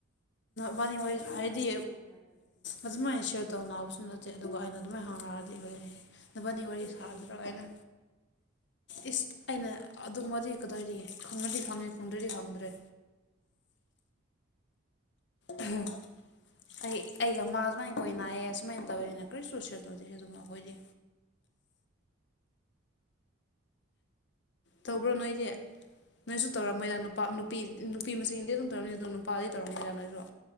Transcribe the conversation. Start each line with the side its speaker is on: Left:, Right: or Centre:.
Left: ꯕꯅꯤ ꯋꯥꯔꯤ
Centre: ꯐ꯭ꯔꯤꯗ
Left: ꯁꯥꯔꯗꯤ
Centre: ꯑꯗꯨꯝ ꯍꯪꯕ ꯌꯥꯏ ꯀꯩꯅꯣ
Left: ꯑꯗꯨꯃꯥꯏꯅ ꯁꯦꯌꯔ ꯇꯧ ꯅꯥꯅꯕꯕꯁꯨ ꯅꯠꯇꯦ ꯑꯗꯨꯒ ꯑꯩꯅ ꯑꯗꯨꯃꯥꯏꯅ ꯍꯧꯔꯑꯗꯤ <unintelligible> ꯅꯕꯅꯤ ꯋꯥꯔꯤ
Centre: ꯁꯤꯌꯔ
Left: ꯁꯥꯗ꯭ꯔꯣ
Centre: ꯇꯧꯗꯕ꯭ꯔꯣ
Left: ꯍꯥꯏꯅ ꯏꯁ ꯑꯩꯅ ꯑꯗꯨꯃꯗꯤ ꯀꯗꯥꯏꯔꯤ ꯈꯪꯉꯗꯤ ꯈꯪꯉꯦ ꯈꯪꯗ꯭ꯔꯗꯤ ꯈꯪꯗ꯭ꯔꯦ ꯑꯍ ꯑꯩ ꯑꯩꯒ ꯃꯥ ꯁꯨꯃꯥꯏꯅ ꯀꯣꯏꯅꯏꯌꯦꯦ ꯑꯁꯨꯃꯥꯏꯅ ꯇꯧꯋꯦꯅ ꯀꯔꯤ ꯆꯨ ꯁꯦꯠꯇꯣꯗꯦ ꯑꯗꯨꯝ ꯑꯩꯈꯣꯏꯗꯤ
Centre: ꯎꯝ
Left: ꯇꯧꯕ꯭ꯔꯣ ꯅꯣꯏꯗꯤ ꯅꯣꯏꯁꯨ ꯇꯧꯔꯝꯃꯣꯏꯗ ꯅꯨꯄꯥ ꯅꯨꯄꯤ ꯅꯨꯄꯤ ꯃꯁꯤꯡꯗꯤ ꯑꯗꯨꯝ ꯇꯧꯔꯝꯅꯤ ꯑꯗꯣ ꯅꯨꯄꯥꯗꯤ ꯇꯧꯔꯝꯃ ꯌꯥꯗ ꯅꯣꯏꯁꯨꯣ